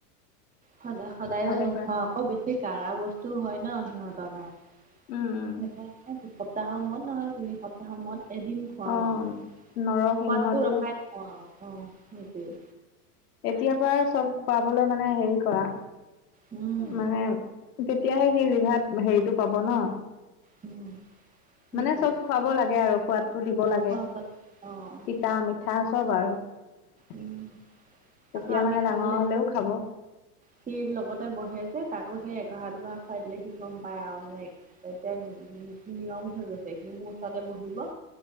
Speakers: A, on the right (about 15°); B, on the left (about 75°).
A: সদায় সদায়ো
B: ভালে
A: নোখোৱাওঁ
B: কৰা
A: আকৌ বেছি কাঢ়া বস্তু হয় ন সিহঁত। কাৰণে
B: উম, উম,
A: সেইকাৰণে দুসপ্তাহৰ মূৰত নহলে তিনি সপ্তাহৰ মূৰত এদিন খুৱাও
B: অ',
A: আও,
B: নৰসিংহটো
A: সোৱাদটো ৰখাই থওঁ আও। অ নিজেই।
B: এতিয়া পৰাই চব খুৱাবলৈ মানে হেৰি কৰা।
A: উম
B: মানে তেতিয়াহে সি জিভাত হেৰিটো পাব ন।
A: উম সেইটোৱে
B: মানে চব খুৱাব লাগে আৰু সোৱাদ টো দিব লাগে
A: খোৱা পাত অ'
B: তিতা-মিঠা চব আৰু। তেতিয়া
A: উম আকৌ আমি
B: মানে ডাঙৰ
A: খাবলে
B: হলেও খাব।
A: সি লগতে বহে যে তাকো সেই এঘহা-দুগহা খুৱাই দিলে সি গম পায় আৰু মানে। এতিয়া নিয়ম হৈ গৈছে সি মোৰ ওচৰতে বহিব।